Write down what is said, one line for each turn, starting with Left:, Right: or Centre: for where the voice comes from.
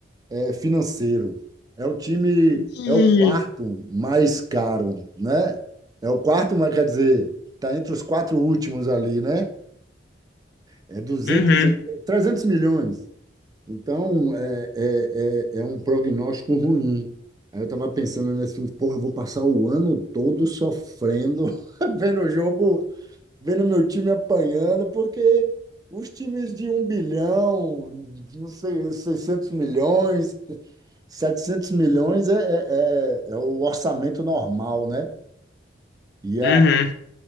Right: é financeiro. É o time,
Left: Ih,
Right: é o quarto mais caro, né? É o quarto, mas quer dizer, está entre os quatro últimos ali, né? É duzentos,
Left: Uhum,
Right: e- 300 milhões. Então, é, é, é, é um prognóstico ruim. Aí eu estava pensando nesse filme, porra, eu vou passar o ano todo sofrendo, <laughs> vendo o jogo, vendo meu time apanhando, porque os times de um bilhão, não sei, 600 milhões, 700 milhões é, é, é é o orçamento normal, né? E
Left: uhum.